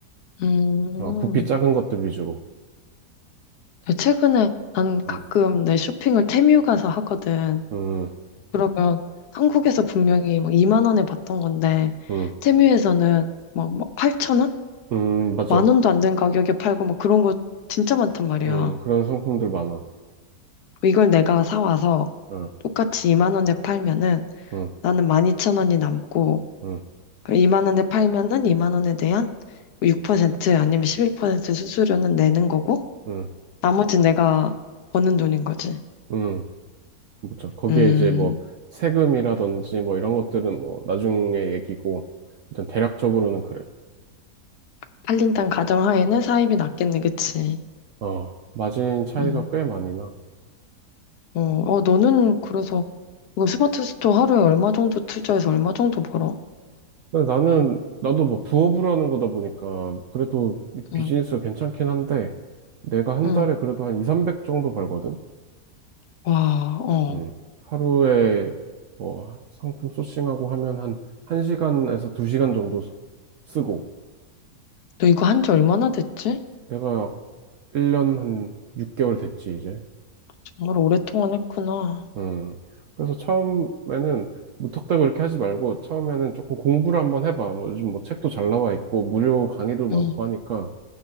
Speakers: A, on the left; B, on the right.
A: 음.
B: 어, 부피 작은 것들 위주로.
A: 최근에 난 가끔
B: 음,
A: 내 쇼핑을 테뮤 가서 하거든.
B: 음,
A: 그러면 한국에서 분명히 막 2만 원에 봤던 건데,
B: 음,
A: 테뮤에서는 막 8천 원?
B: 음, 맞아.
A: 만 원도 안 되는 가격에 팔고 막 그런 거 진짜 많단 말이야.
B: 음, 그런 상품들 많아.
A: 이걸 내가 사와서
B: 응,
A: 똑같이 2만 원에 팔면은
B: 응,
A: 나는 12,000원이 남고
B: 응,
A: 2만 원에 팔면은 2만 원에 대한 6% 아니면 11% 수수료는 내는 거고
B: 응,
A: 나머지 내가 버는 돈인 거지.
B: 응. 그렇죠. 거기에
A: 음,
B: 이제 뭐 세금이라든지 뭐 이런 것들은 뭐 나중에 얘기고 일단 대략적으로는 그래.
A: 팔린 땅 가정하에는 사입이 낮겠네, 그치?
B: 어, 마진 차이가
A: 음,
B: 꽤 많이 나.
A: 어, 어, 너는 그래서 이거 스마트 스토어 하루에 얼마 정도 투자해서 얼마 정도 벌어?
B: 근데 나는, 나도 뭐 부업으로 하는 거다 보니까, 그래도 이
A: 응,
B: 비즈니스가 괜찮긴 한데, 내가 한
A: 응,
B: 달에 그래도 한 2, 300 정도 벌거든?
A: 와, 어.
B: 음. 하루에 뭐 상품 소싱하고 하면 한 1시간에서 2시간 정도 쓰- 쓰고,
A: 너 이거 한지 얼마나 됐지?
B: 내가 1년 한 6개월 됐지, 이제.
A: 정말 오랫동안 했구나.
B: 음. 그래서 처음에는 무턱대고 이렇게 하지 말고, 처음에는 조금 공부를 한번 해봐. 뭐 요즘 뭐 책도 잘 나와 있고, 무료 강의도 많고
A: 응,
B: 하니까,